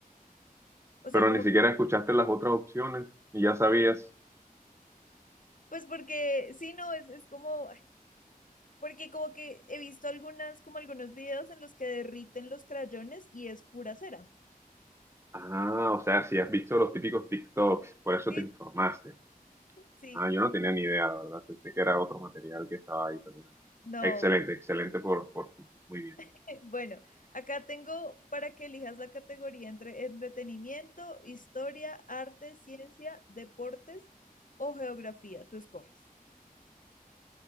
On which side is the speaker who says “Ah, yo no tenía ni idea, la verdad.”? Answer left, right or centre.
Right